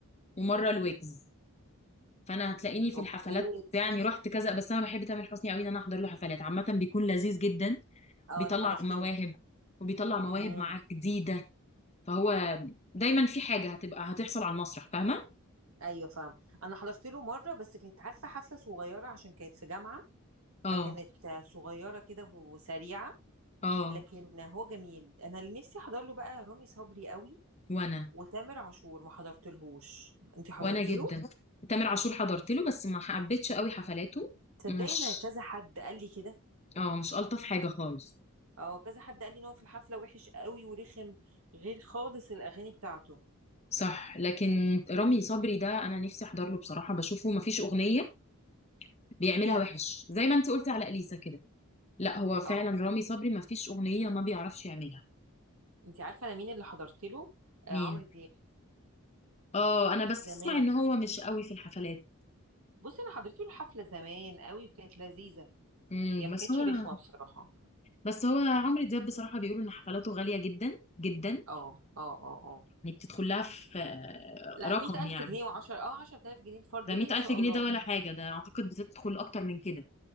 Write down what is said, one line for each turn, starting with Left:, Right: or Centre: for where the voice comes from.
Left: ومره لويجز فانا هتلاقيني في
Right: اوكي
Left: الحفلات يعني رحت كذا بس انا بحب تامر حسني قوي ان انا احضر له حفلات عامه بيكون لذيذ جدا
Right: اه
Left: بيطلع
Right: انا حضرت
Left: مواهب وبيطلع مواهب
Right: له
Left: معاه جديده فهو دايما في حاجه هتبقى هتحصل على المسرح فاهمه
Right: ايوه فاهم انا حضرت له مره بس كانت عارفه حفله صغيره عشان كانت في جامعه فكانت
Left: اه
Right: صغيره كده وسريعه
Left: اه
Right: لكن هو جميل انا اللي نفسي احضر له بقى رامي صبري قوي
Left: وانا
Right: وتامر عاشور ما حضرتلهوش انت حضرتي
Left: وانا جدا
Right: له
Left: تامر عاشور حضرت له بس ما حبيتش قوي حفلاته
Right: تصدقي
Left: مش
Right: انا كذا حد قال لي كده
Left: اه مش الطف حاجه خالص
Right: اه كذا حد قال لي ان هو في الحفله وحش قوي ورخم غير خالص الاغاني بتاعته
Left: صح لكن رامي صبري ده انا نفسي احضر له بصراحه بشوفه ما فيش اغنيه بيعملها
Right: فظيع
Left: وحش زي ما انت قلتي على اليسا كده لا هو فعلا
Right: اه
Left: رامي صبري ما فيش اغنيه ما بيعرفش يعملها
Right: انت عارفه انا مين اللي حضرت له آه
Left: مين
Right: عمرو دياب
Left: اه انا بس
Right: زمان
Left: اسمع ان هو مش قوي في الحفلات
Right: بصي انا حضرت له الحفله زمان قوي وكانت لذيذه
Left: امم
Right: هي ما
Left: بس
Right: كانتش
Left: هو
Right: رخمة بصراحة
Left: بس هو عمرو دياب بصراحه بيقولوا ان حفلاته غاليه جدا جدا
Right: اه اه اه اه
Left: يعني بتدخل لها في آه،
Right: لا
Left: رقم
Right: مية ألف
Left: يعني
Right: جنيه وعشرة اه عشرة آلاف جنيه الفرد
Left: ده
Right: ليه
Left: 100000
Right: إن شاء
Left: جنيه
Right: الله
Left: ده ولا حاجة ده أعتقد بتدخل أكتر من كده